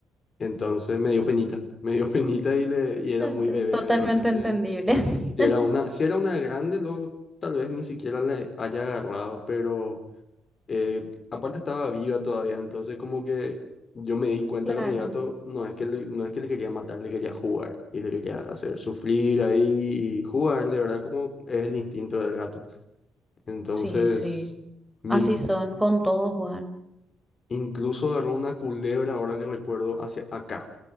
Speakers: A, on the left; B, in the centre.
A: Entonces me dio penita, <laughs> me dio penita y, le, y era muy
B: Ent-
A: bebé.
B: Totalmente
A: De repente,
B: entendible. <laughs>
A: si era una, si era una grande, luego tal vez ni siquiera le haya agarrado, pero eh, aparte estaba viva todavía, entonces como que yo me di cuenta
B: Claro,
A: que a mi gato no es que le, no es que le quería matar, le quería jugar y le quería hacer sufrir ahí y jugarle, ¿verdad? Como es el instinto del gato. Entonces,
B: sí, sí.
A: mis
B: Así son con todo, Juan.
A: Incluso agarró una culebra, ahora que recuerdo, hacia acá.